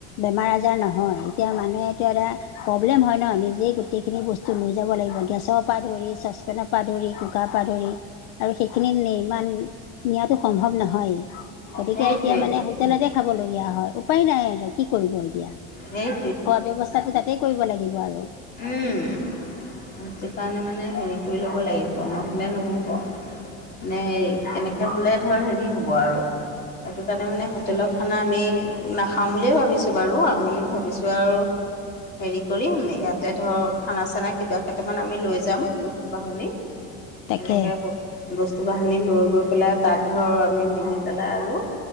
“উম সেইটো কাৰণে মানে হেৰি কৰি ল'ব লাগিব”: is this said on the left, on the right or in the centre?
Left